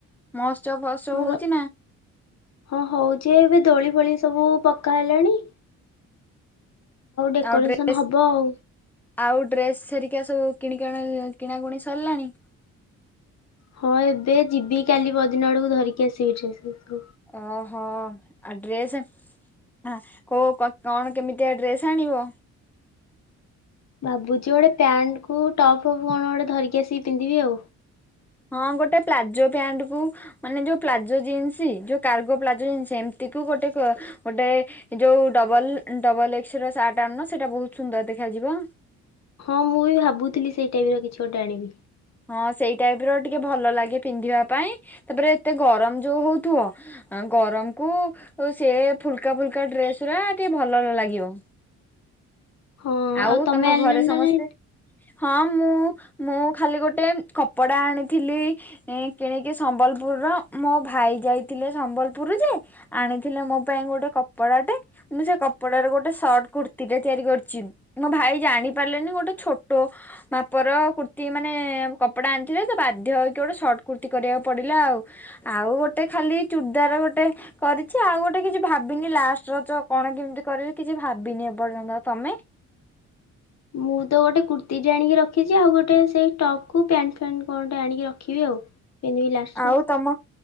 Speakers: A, in the centre; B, on the left.
A: ମହୋସ୍ତ୍ରବ ମହୋତ୍ସବ
B: ହଁ
A: ଫାହୋତ୍ସବ
B: ର
A: ହୋଉଚି ନା?
B: ହଁ ହୋଉଚି ଏବେ ଦୋଳି ଫୋଳି ସବୁ ପକା ହେଲାଣି। ଡେକୋରେସନ
A: ଆଉ ଡ୍ରେସ୍
B: ହବ ଆଉ।
A: ଆଉ ଡ୍ରେସ ସେରିକା ସବୁ କିଣି କିଣା କିଣାକୁଣି ସରିଲାଣି?
B: ହଁ ଏବେ ଯିବି କାଲି ପରଦିନ ଆଡକୁ ଧରିକି ଆସିବି ଡ୍ରେସ୍ ଫେସ୍ ସବୁ।
A: ଓ ହୋ ଆ ଡ୍ରେସ୍ ଆ କୋ କଣ କେମିତିଆ ଡ୍ରେସ୍ ଆଣିବ?
B: ଭାବୁଚି ଗୋଟେ ପ୍ୟାଣ୍ଟ୍ କୁ ଟପ୍ ଫପ୍ କଣ ଗୋଟେ ଧରିକି ଆସିକି ପିନ୍ଧିବି ଆଉ।
A: ହଁ ଗୋଟେ ପ୍ଲାଜୋ ପ୍ୟାଣ୍ଟ କୁ ମାନେ ଯୋଉ ପ୍ଲାଜୋ ଜିନ୍ସ୍ ଯୋଉ କାର୍ଗୋ ପ୍ଲାଜୋ ଜିନ୍ସ୍ ଏମିତିକୁ ଗୋଟେ କ ଗୋଟେ ଯୋଉ ଡବଲ ଡବଲ ଏକ୍ସ ର ସାର୍ଟ ଆଣୁନ ସେଟା ବହୁତ ସୁନ୍ଦର ଦେଖାଯିବ।
B: ହଁ ମୁଁ ବି ଭାବୁଥିଲି ସେଇ ଟାଇପ୍ ର କିଛି ଗୋଟେ ଆଣିବି।
A: ହଁ ସେଇ ଟାଇପ୍ ର ଟିକେ ଭଲ ଲାଗେ ପିନ୍ଧିବା ପାଇଁ ତାପରେ ଏତେ ଗରମ ଯୋଉ ହଉଥିବ। ଆ ଗରମ କୁ ସେ ଫୁଲକା ଫୁଲକା ଡ୍ରେସ୍ ଉରା ଟିକେ ଭଲଲ୍ ଲାଗିବ।
B: ହଁ
A: ଆଉ
B: ତମେ
A: ତମ
B: ଆଣିଲଣି
A: ଘରେ ସମସ୍ତେ।
B: ନା ନାଇଁ
A: ହଁ ମୁଁ ମୁଁ ଖାଲି ଗୋଟେ କପଡ଼ା ଆଣିଥିଲି। ଏ କିଣିକି ସମ୍ବଲପୁର ର ମୋ ଭାଇ ଯାଇଥିଲେ ସମ୍ବଲପୁରୁ ଯେ ଆଣିଥିଲେ ମୋ ପାଇଁ ଗୋଟେ କପଡାଟେ ମୁଁ ସେ କପଡ ରୁ ଗୋଟେ ସର୍ଟ କୁର୍ତ୍ତିୀ ଟେ ତିଆରି କରିଚି। ମୋ ଭାଇ ଜାଣିପାରିଲେନି ଗୋଟେ ଛୋଟ ମାପ ର କୁର୍ତ୍ତି ମାନେ କପଡା ଆଣିଥିଲେ ତ ବାଧ୍ୟ ହେଇକି ଗୋଟେ ସର୍ଟ କୁର୍ତ୍ତି କରିବାକୁ ପଡିଲା ଆଉ। ଆଉ ଗୋଟେ ଖାଲି ଚୁଡ଼ଦାର ଗୋଟେ କରିଚି ଆଉ ଗୋଟେ କିଛି ଭାବିନି ଲାଷ୍ଟ ରଜ କଣ କେମିତି କରିବି କିଛି ଭାବିନି ଏପର୍ଯ୍ୟନ୍ତ ତମେ?
B: ମୁଁ ତ ଗୋଟେ କୁର୍ତ୍ତିୀଟେ ଆଣିକି ରଖିଛି ଆଉ ଗୋଟେ ସେଇ ଟପ୍ କୁ ପ୍ୟାଣ୍ଟ ଫ୍ୟାଣ୍ଟ କଣ ଟେ ଆଣିକି ରଖିବି ଆଉ। ପିନ୍ଧିବି ଲାଷ୍ଟରେ
A: ଆଉ ତମ